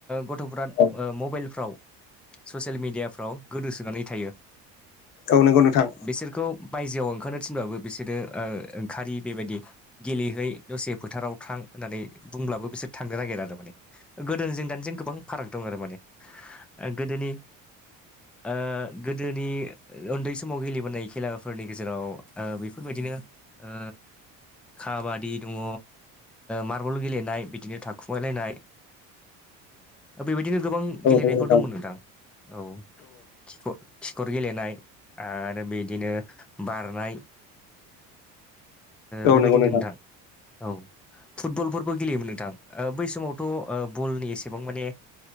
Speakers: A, in the centre; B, on the left.
A: गथ'फ
B: औ
A: <unintelligible> मबाइलफ्राव ससियेल मिडियाफ्राव गोदोसोनानै थायो
B: औ नंगौ नोंथां
A: बिसोरखौ बायजोआव ओंखारनो थिनबाबो बिसोरो ओ ओंखारि बेबायदि गेलेहै दसे फोथाराव थां होननानै बुंब्लाबो बिसोर थांनो नागिरो आरो माने गोदोनिजों दानिजों गोबां फाराग दं आरो माने। गोदोनि ओ गोदोनि उन्दै समाव गेलेबोनाय खेलाफोरनि गेजेराव ओ बेफोरबायदिनो ओ काबादि दङ। मार्बल गेलेनाय बिदिनो थाखुमायलायनाय बेबायदिनो गोबां
B: औ
A: गेलेनायफोर
B: नंगौ नोंथां
A: दंमोन नोंदां औ खिखर खिखर गेलेनाय आरो बिदिनो बारनाय
B: औ
A: बेबायदिनो
B: नंगौ
A: नोंथां औ फुटबलबो गेलेयोमोन नोंथां बै समावथ' बलनि एसेबां माने